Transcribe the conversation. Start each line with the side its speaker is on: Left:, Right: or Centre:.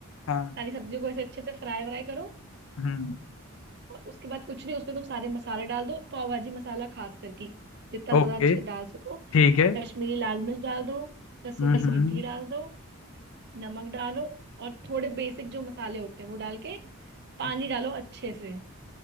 Left: हाँ
Right: सारी सब्जियों को ऐसे अच्छे से फ्राई व्राई करो
Left: हम्म
Right: और उसके बाद कुछ नहीं उसमें तुम सारे मसाले डाल दो पाव भाजी मसाला खास करके जितना ज्यादा
Left: ओके
Right: अच्छे से डाल सको
Left: ठीक है
Right: कश्मीरी लाल मिर्च डाल दो कसूरी
Left: हम्म ऐसा
Right: मेथी
Left: हम्म, इसलिए
Right: डाल दो नमक डालो और थोड़े बेसिक जो मसाले होते हैं वो डाल के पानी
Left: अच्छा
Right: डालो अच्छे से